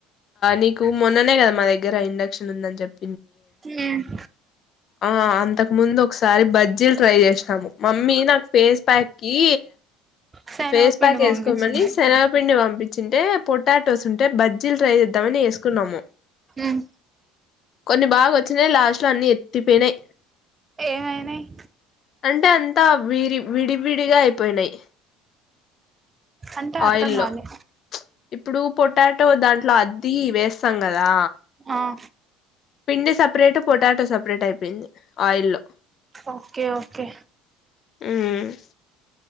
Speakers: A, on the left; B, on the right.
A: నీకు మొన్ననే కదా మా దగ్గర ఇండక్షన్ ఉందని చెప్
B: ఉమ్
A: ఆ అంతకు ముందు ఒకసారి బజ్జీలు ట్రై చేసినాము మమ్మీ నాకు ఫేస్ ప్యాక్ కీ
B: శనగ
A: ఫేస్
B: పిండి
A: ప్యాక్ వేసుకోమని
B: పంపించింది
A: శనగపిండి పంపిం వచ్చింటే పొటాటోస్ ఉంటే బజ్జీలు ట్రై చేద్దామని వేసుకున్నాము
B: ఉమ్
A: కొన్ని బాగా వచ్చినయి లాస్ట్లో అన్నీ ఎత్తిపోయినయ్
B: ఏమైనాయి
A: అంటే అంతా విరి విడివిడిగా అయిపోయినాయి
B: అంటే అర్థం
A: ఆయిల్లో
B: కాలే
A: ఇప్పుడు పొటాటో దాంట్లో అది వేస్తాం కదా
B: ఆ
A: పిండి సపరేట్ పొటాటో సపరేట్ అయిపోయింది ఆయిల్లో
B: ఓకే ఓకే
A: ఉమ్